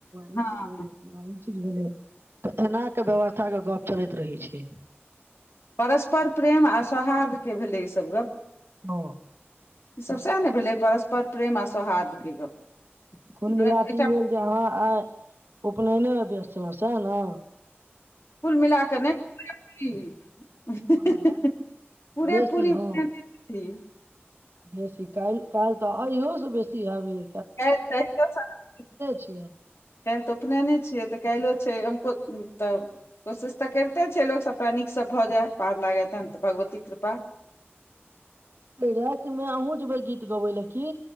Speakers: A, on the right; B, on the left.
A: ई
B: हँ
A: चीज भेलै चिल्लां ई चीज की भेलै तऽ एना के व्यवस्था के गप चलैत रहै छै
B: परस्पर प्रेम आ सौहार्द्र के भेलै ईसभ गप्प
A: हं
B: ई सब सेह ने भेलै परस्पर प्रेम आ सौहार्द के गप
A: कुल
B: मने
A: मिलााके
B: एकटा
A: ई भेल जे अहाँ आइ उपनयनेमे व्यस्त चलू सएह न
B: कुल मिला क नै पूरापूरी
A: अहाँ
B: पूरे
A: बेसी
B: पूरी कए
A: हँ
B: दै छथिन
A: बेसी कालि कालि तऽ अइहोसं बेसी हेब यै
B: कालि देखे कालि
A: छियनि
B: तऽ उपनयने छियै तऽ काइलो छै तऽ कोशिश तऽ करिते छै लोक सबटा नीकसँ भऽ जाय पार लागै तहन त भगवान छ पति कृपा
A: राति मे अहुँ जेबै गीत गबे लए की